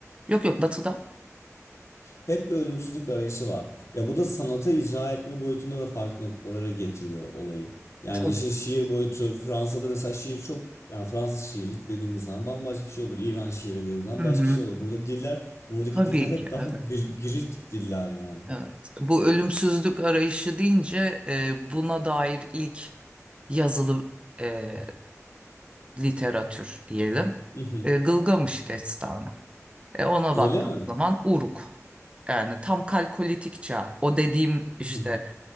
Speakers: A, on the right (about 20°); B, on the left (about 65°).
A: yok yok batıda.
B: hep bir ölümsüzlük arayışı var. Ya bu da sanata icra etme boyutunda da farklı noktalara getiriyor olayı. Yani
A: Tabii.
B: işin şiir boyutu Fransa'da mesela şiir çok yani Fransız şiiri dediğimiz zaman bambaşka bir şey olur. İran şiiri dediğimiz zaman
A: Hı
B: başka
A: hı.
B: bir şey olur. Burada diller, buradaki
A: Tabii
B: diller hep
A: ki
B: daha
A: evet.
B: gri- girift diller yani.
A: Evet. Bu ölümsüzlük arayışı deyince e, buna dair ilk yazılı e, literatür diyelim.
B: <laughs>
A: E, Gılgamış Destanı. E, ona
B: Öyle
A: baktığım
B: mi?
A: zaman Uruk. Yani tam kalkolitik çağ. O dediğim
B: Mhm,
A: işte